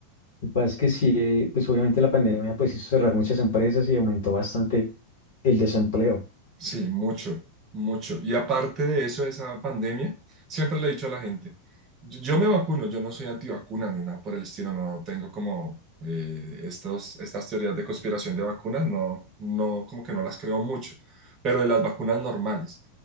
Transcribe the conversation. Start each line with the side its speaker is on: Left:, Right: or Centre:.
Left: lo que pasa es que sí, eh, pues obviamente la pandemia pues hizo cerrar muchas empresas y aumentó bastante el desempleo.
Right: Sí, mucho, mucho. Y aparte de eso, de esa pandemia, siempre le he dicho a la gente, yo, yo me vacuno, yo no soy antivacuna ni nada por el estilo, no tengo como eh, estos, estas teorías de conspiración de vacunas, no, no, como que no las creo mucho, pero de las vacunas normales.